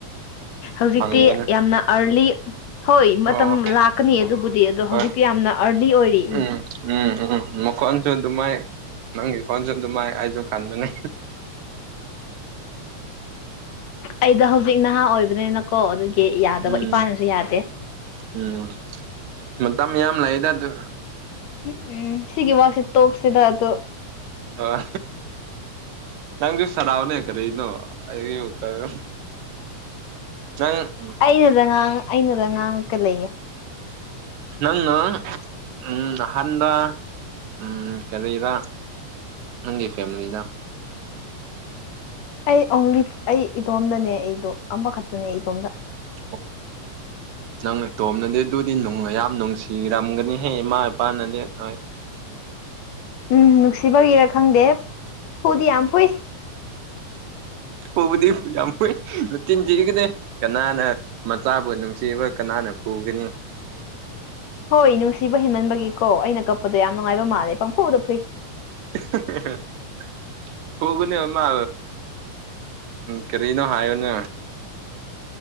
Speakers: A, on the left; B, on the right.
A: ꯍꯧꯖꯤꯛꯇꯤ
B: ꯐꯪꯕꯅꯦ
A: ꯌꯥꯝꯅ ꯑꯥꯔꯂꯤ ꯍꯣꯏ ꯃꯇꯝ
B: ꯑꯣ
A: ꯂꯥꯛꯀꯅꯤ ꯑꯗꯨꯕꯨꯗꯤ ꯑꯗꯣ
B: ꯍꯣꯏ
A: ꯍꯧꯖꯤꯛꯇꯤ ꯌꯥꯝꯅ ꯑꯥꯔꯂꯤ ꯑꯣꯏꯔꯤ
B: ꯎꯝ ꯎꯝ ꯎꯝ ꯃꯈꯣꯟꯁꯨ ꯑꯗꯨꯃꯥꯏ ꯅꯪꯒꯤ ꯈꯣꯟꯖꯦꯜꯗꯨ ꯑꯗꯨꯃꯥꯏ ꯑꯩꯁꯨ ꯈꯟꯕꯅꯦ
A: ꯑꯩꯗꯣ ꯍꯧꯖꯤꯛ ꯅꯍꯥ ꯑꯣꯏꯕꯅꯤꯅꯀꯣ ꯑꯗꯨꯒꯤ ꯌꯥꯗꯕ
B: ꯎꯝ
A: ꯏꯄꯥꯅꯁꯨ ꯌꯥꯗꯦ
B: ꯎꯝ ꯃꯇꯝ ꯌꯥꯝ ꯂꯩꯗ ꯑꯗꯨ
A: ꯎꯝ ꯎꯝ ꯁꯤꯒꯤ ꯋꯥꯥꯁꯤ ꯇꯣꯛꯁꯤꯗ ꯑꯗꯨ
B: ꯑꯥ ꯅꯪꯁꯨ ꯁꯗꯥꯎꯅꯦ ꯀꯔꯤꯅꯣ ꯑꯩꯕꯨ ꯀꯔꯝ ꯆꯉꯛ
A: ꯑꯩꯅꯗ ꯉꯥꯡ ꯑꯩꯅ ꯉꯥꯡꯉꯀ ꯂꯩꯌꯦ
B: ꯅꯪꯅ ꯎꯝ ꯅꯍꯥꯟꯗ ꯎꯝ ꯀꯔꯤꯔꯥ ꯅꯪꯒꯤ ꯐꯦꯃꯤꯂꯤꯗꯣ
A: ꯑꯩ ꯑꯣꯡꯂꯤ ꯑꯩ ꯏꯇꯣꯝꯗꯅꯦ ꯑꯩꯗꯣ ꯑꯃꯈꯛꯇ <inaudible>
B: ꯑꯣ ꯅꯪ ꯅꯇꯣꯝꯅꯗꯤ ꯑꯗꯨꯗꯤ ꯅꯨꯡ ꯌꯥꯝ ꯅꯨꯡꯁꯤꯔꯝꯒꯅꯤꯍꯦ ꯏꯃꯥ ꯏꯄꯥꯅꯗꯤ ꯅꯣꯏ
A: ꯎꯝ ꯅꯨꯡꯁꯤꯕꯒꯤꯔꯥ ꯈꯪꯗꯦ ꯐꯨꯗꯤ ꯌꯥꯝ ꯐꯨꯏ
B: ꯐꯨꯕꯗꯤ ꯌꯥꯝ ꯐꯨꯏ ꯅꯆꯤꯟ ꯊꯤꯒꯅꯦ ꯀꯅꯥꯅ ꯃꯆꯥꯕꯨ ꯅꯨꯡꯁꯤꯕ ꯀꯅꯥꯅ ꯐꯨꯒꯅꯤ
A: ꯍꯣꯏ ꯅꯨꯡꯁꯤꯕ ꯍꯦꯟꯃꯟꯕꯒꯤꯀꯣ ꯑꯩꯅ ꯀꯞꯄꯗꯣ ꯌꯥꯝ ꯅꯨꯡꯉꯥꯏꯕ ꯃꯥꯜꯂꯦ ꯄꯪꯐꯨꯗ ꯐꯨꯏ
B: <inaudible> ꯐꯨꯒꯅꯦ ꯃꯥ ꯀꯔꯤꯅꯣ ꯍꯥꯏꯌꯣꯅ